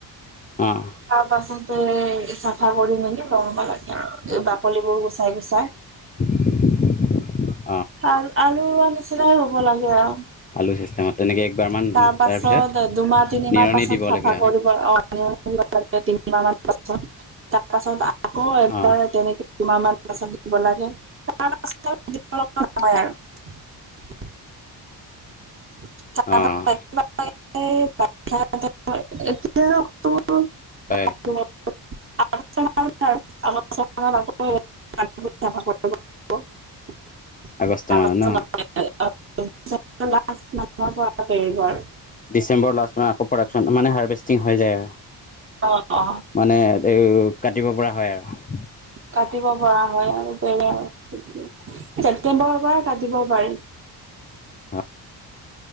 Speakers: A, on the left (about 20°); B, on the right (about 30°).
A: অঁ
B: তাৰ পাছত তে চাফা কৰি মেলি ৰনব লাগে আৰু এই বাকলিবোৰ গুচাই গুচাই
A: <unintelligible>
B: আ আলু ৰোৱা নিচিনাই ৰুব লাগে আও।
A: আলু চিষ্টেমত তেনেকৈ একবাৰমান
B: তাৰ পাছত
A: তাৰপিছত
B: দুমাহ -তিনিমাহ
A: নিৰণি
B: পাছত
A: দিব
B: চাফা
A: লাগে আৰু
B: কৰিব অ তিনি -মাহ মান পাছত, তাৰপাছত আ আকৌ এবাৰ
A: অঁ
B: তেনেকে দুমাহ পাছত চাব লাগে। সাৰ চাৰ দিব লগা নহয় আও। <unintelligible>
A: অঁ হয়।
B: <unintelligible> <unintelligible>
A: আগষ্ট
B: তাৰ
A: মানত
B: পাছত
A: ন?
B: <unintelligible>
A: ডিচেম্বৰ লাষ্ট মান আকৌ প্ৰডাকশ্যন মানে হাৰ্ভেষ্টিং হৈ যায় আৰু।
B: অ অ।
A: মানে এই কাটিব পৰা হয় আৰু।
B: কাটিব পৰা হয় আৰু তেনে আৰু, ছেপ্তেম্বৰৰ পৰা কাটিব পাৰি।
A: অ।